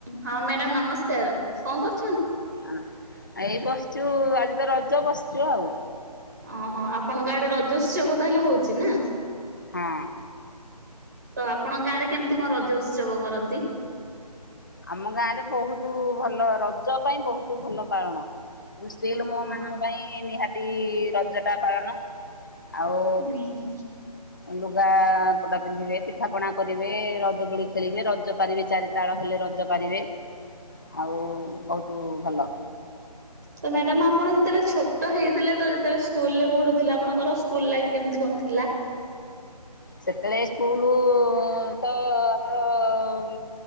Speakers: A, on the right; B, on the left.
A: ହଁ ମ୍ୟାଡମ ନମସ୍କାର। କଣ କରୁଚ
B: ହ ଏଇ ବସିଚୁ ଆଜି ତ ରଜ ବସିଚୁ ଆଉ।
A: ଓହୋ, ଆପଣଙ୍କ ଆଡେ ରଜୋତ୍ସବ ତାହେଲେ ହଉଚି ନା?
B: ହଁ।
A: ତ ଆପଣଙ୍କ ଗାଁ ରେ କେମିତି କଣ ରଜ ଉତ୍ସବ କରନ୍ତି?
B: ଆମ ଗାଁ ରେ ବହୁତୁ ଭଲ ରଜ ପାଇଁ ବହୁତୁ ଭଲ କାରଣ ସ୍ତ୍ରୀ
A: ଓହୋ
B: ଲୋକମାନଙ୍କ ପାଇଁ ନିହାତି ରଜଟା ପାଳନ। ଆଉଁ
A: ହୁଁ ହୁଁ।
B: ଲୁଗା ପଟା ପିନ୍ଧିବେ ପିଠାପଣା କରିବେ ରଜ ଦୋଳି ଖେଳିବେ ରଜ ପାଳିବେ ଚାରି ତାଳ ହେଲେ ରଜ ରଜପାଳିବେ ଆଉ ବହୁତ ଭଲ
A: ତ ମ୍ୟାଡାମ ଆପଣ ଯେତେବେଳେ ଛୋଟ ହେଇଥିଲେ ତ ଯେତେବେଳେ ସ୍କୁଲ ରେ ପଢୁଥିଲେ ଆପଣଙ୍କର ସ୍କୁଲ ଲାଇଫ୍ କେମିତି କଣ ଥିଲା?
B: ସେତେବେଳେ ସ୍କୁଲୁ ତ ଆମର ଅଁ